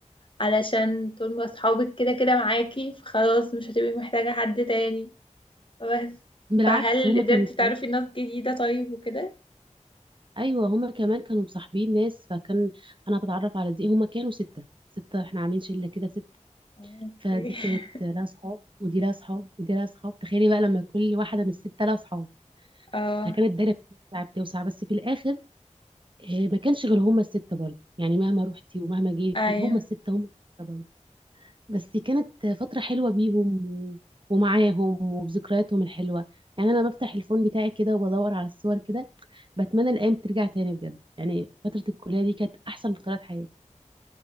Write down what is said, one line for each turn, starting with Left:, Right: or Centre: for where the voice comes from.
Left: علشان طول ما صحابك كده كده معاكي فخلاص مش هتبقي محتاجة حد تاني بس
Right: بالعكس
Left: فهل
Right: هما
Left: قدرتي
Right: كانوا
Left: تعرفي
Right: كمان-
Left: ناس جديدة طيب وكده؟
Right: أيوة هما كمان كانوا مصاحبين ناس فكان أنا بتعرف على دي هما كانوا ستة ستة إحنا عاملين شلة كده ستة
Left: اوكي
Right: فدي
Left: <laughs>
Right: كانت لها صحاب ودي لها صحاب ودي لها صحاب تخيلي بقى لما كل واحدة من الستة لها صحاب
Left: اه
Right: فكانت الدايرة بتوسع بتوسع بس في الآخر آه، ما كانش غير هما الستة برضه يعني مهما روحتي ومهما جيتي
Left: ايوه
Right: هما الستة هما الستة برضه بس كانت فترة حلوة بيهم و- ومعاهم وبذكرياتهم الحلوة يعني أنا بفتح الفون بتاعي كده وبدور على الصور كده بتمنى الأيام ترجع تاني بجد يعني فترة الكلية دي كانت أحسن فترات حياتي